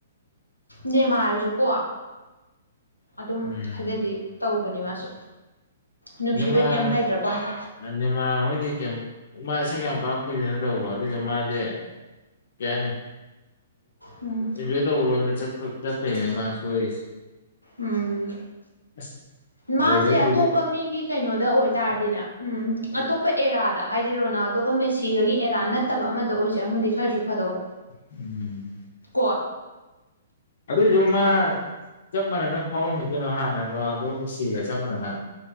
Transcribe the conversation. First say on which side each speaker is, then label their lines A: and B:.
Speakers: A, on the left; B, on the left.
A: ꯅꯦꯃꯥꯔꯖꯨꯀꯣ ꯑꯗꯨꯝ
B: ꯎꯝ
A: ꯈꯔꯗꯤ ꯇꯧꯕꯅꯤ ꯃꯥꯁꯨ ꯅꯨꯡꯁꯤꯕꯩ
B: ꯅꯦꯃꯔ
A: ꯀꯩꯝ ꯍꯥꯏꯗ꯭ꯔꯕ ꯋꯥꯅꯤ
B: ꯅꯦꯃꯔ ꯍꯣꯏꯗꯤ ꯀꯦꯝ ꯃꯥꯁꯤ ꯁꯛ ꯌꯥꯝ ꯀꯥꯔꯛꯄꯗꯤ ꯅꯠꯇꯕꯀꯣ ꯑꯗꯨ ꯑꯣꯏꯁꯨ ꯃꯥꯁꯦ ꯀꯩ ꯍꯥꯏꯅꯤ
A: ꯎꯝ
B: ꯑꯦꯟꯖꯣꯏ ꯇꯧꯕꯔꯣꯝꯗ ꯆꯠꯄꯒꯤꯅꯤ ꯃꯥ ꯁꯣꯏꯔꯤꯁꯦ
A: ꯎꯝ
B: ꯑꯁ
A: ꯃꯥꯁꯦ
B: ꯋꯦꯗꯔꯁꯤꯗꯤ
A: ꯑꯇꯣꯞꯄ ꯃꯤꯒꯤ ꯀꯩꯅꯣꯗ ꯑꯣꯏꯇꯥꯔꯗꯤꯅꯦ ꯎꯝ ꯑꯇꯣꯞꯄ ꯑꯦꯔꯥꯗ ꯍꯥꯏꯗꯤ ꯔꯣꯅꯥꯜꯗꯣꯒ ꯃꯦꯁꯤꯒꯒꯤ ꯑꯦꯔꯥ ꯅꯠꯇꯕ ꯑꯃꯗ ꯑꯣꯏꯖꯔꯝꯃꯗꯤ ꯈꯔꯁꯨ ꯐꯗꯧꯕ
B: ꯎꯝ <inaudible>
A: ꯀꯣ
B: ꯑꯗꯨꯏꯖꯨ ꯃꯥ ꯆꯞ ꯃꯥꯟꯅꯅ ꯐꯥꯎꯔꯝꯃꯤ ꯀꯩꯅꯣ ꯍꯥꯟꯅ ꯔꯣꯅꯥꯜꯗꯣ ꯃꯦꯁꯤꯒ ꯆꯞ ꯃꯥꯟꯅꯅ